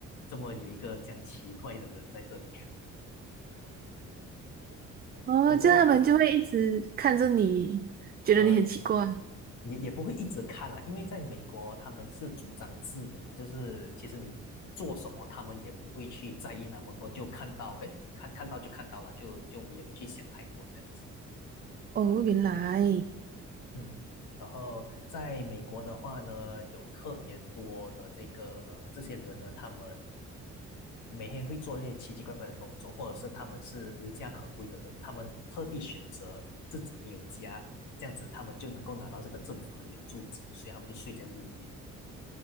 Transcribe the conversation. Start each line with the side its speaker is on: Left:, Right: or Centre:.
Left: 怎么有一个这样奇怪的人在这里？
Right: 哦，
Left: <laughs> 不过，
Right: 这样他们就会一直看着你，觉得你很奇怪。
Left: 呃，也也不会一直看啊，因为在美国他们是主张自由嘛，就是其实你做什么，他们也不会去在意那么多，就看到，诶，看看到就看到了，就就也没去想太多这样子。
Right: 哦，原来，
Left: 嗯，然后在美国的话呢，有特别多的这个呃这些人呢，他们每天会做一些奇奇怪怪的动作，或者是他们是无家可归的人，他们特地选择自己没有家，这样子他们就能够拿到这个政府的援助金，所以他们就睡在路边。